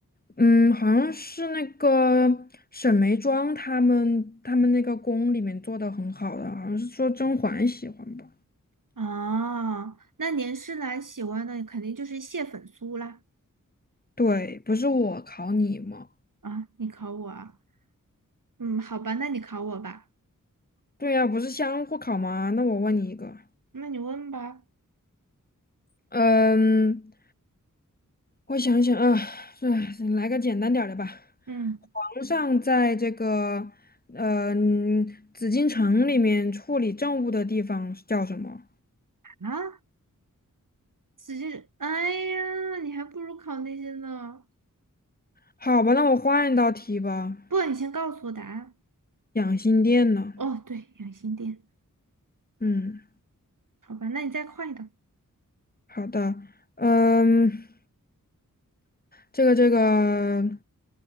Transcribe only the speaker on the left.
嗯，好像是那个沈眉庄他们他们那个宫里面做的很好的，好像是说甄嬛喜欢吧？
对，不是我考你吗？
对呀、不是相互考吗？那我问你一个，
嗯，我想想啊，哎，来个简单点儿的吧。
皇上在这个呃紫禁城里面处理政务的地方是叫什么？
好吧，那我换一道题吧。
养心殿呢？
嗯，
好的，嗯，这个这个，